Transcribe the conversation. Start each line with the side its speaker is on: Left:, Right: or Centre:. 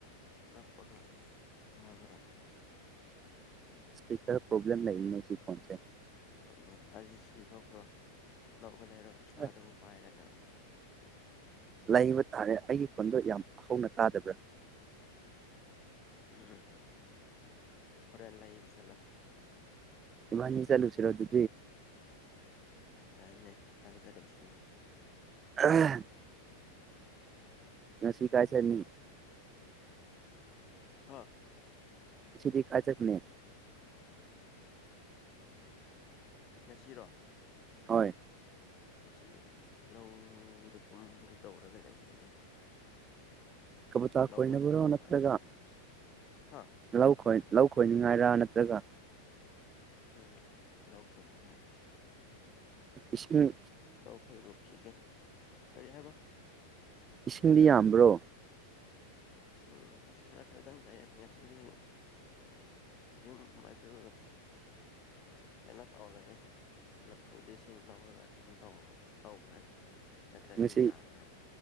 Left: ꯅꯛꯄꯒ ꯉꯥꯡꯃꯦ
Right: ꯏꯁꯄꯤꯀꯔ ꯄꯣꯕꯂꯦꯝ ꯂꯩ ꯁꯤ ꯐꯣꯟꯁꯦ
Left: ꯎꯝ ꯑꯗꯨꯗꯤ ꯁꯤꯟꯗꯣꯛꯈ꯭ꯔꯣ ꯑꯅꯧꯕ ꯂꯩꯔꯣ ꯄꯩꯁꯥ
Right: ꯍꯣꯏ
Left: ꯑꯗꯨꯃ ꯄꯥꯏꯔꯒ
Right: ꯂꯩꯕ ꯇꯥꯔꯦ ꯑꯩꯒꯤ ꯈꯨꯣꯟꯗꯣ ꯌꯥꯝ ꯍꯧꯅ ꯇꯥꯗꯕ꯭ꯔꯥ
Left: ꯎꯝ ꯎꯝ ꯍꯣꯔꯦꯟꯅ ꯂꯩꯥꯛ ꯄꯁꯂꯣ
Right: ꯃꯥꯅꯤ ꯆꯂꯨꯁꯤ ꯔꯖꯗꯤ
Left: ꯌꯥꯥꯏꯅꯦ ꯄꯅꯤ ꯆꯂ ꯎꯆꯁꯤꯅꯦ
Right: ꯎꯝ ꯁꯤ ꯀꯥꯏꯁꯅꯤ
Left: ꯍꯥꯥ
Right: ꯁꯤꯗꯤ ꯑꯖꯛꯅꯦ
Left: ꯉꯁꯤꯔꯣ
Right: ꯍꯣꯏ
Left: ꯉꯁꯤ ꯂꯧꯗ ꯀꯨꯝꯒꯦ ꯇꯧꯔꯒ ꯂꯩꯅꯦ
Right: ꯀꯕꯨꯇꯥ
Left: ꯂꯧ
Right: ꯈꯣꯏꯅꯕꯔꯣ
Left: ꯑꯣꯏꯅ ꯆꯠꯇꯧ
Right: ꯅꯠꯇ꯭ꯔꯒ
Left: ꯃꯥꯜꯂꯦꯗ ꯉꯁꯤꯁꯦ ꯍꯥ
Right: ꯂꯧ ꯈꯣꯏ ꯂꯧ ꯈꯣꯏꯅꯤꯡꯉꯥꯏꯔ ꯅꯠꯇ ꯖꯒꯥ
Left: ꯎꯝ ꯂꯧ ꯈꯣꯠꯅꯤꯡꯉꯥꯏꯔꯦ
Right: ꯏꯁ
Left: ꯅꯈꯣꯏꯔꯣꯛꯈꯤꯒꯦ ꯀꯔꯤ ꯍꯥꯏꯕ
Right: ꯏꯁꯤꯡꯗꯤ ꯌꯥꯝꯕ꯭ꯔꯣ
Left: ꯏꯁꯤꯡ ꯈꯔ ꯈꯔꯗꯪꯁꯤꯡ ꯉꯁꯤꯗꯤ ꯌ ꯃꯗꯨ ꯐꯩꯅ ꯇꯧꯔꯅꯤ ꯅꯝꯐꯨꯗꯒꯤꯁꯤꯡ ꯂꯧꯔꯒ ꯑꯗꯨꯝ ꯇꯧꯈ꯭ꯔꯅꯤ ꯅꯠꯇ꯭ꯔꯗꯤ
Right: ꯉꯁꯤ
Left: ꯌꯥꯔꯔꯣꯏ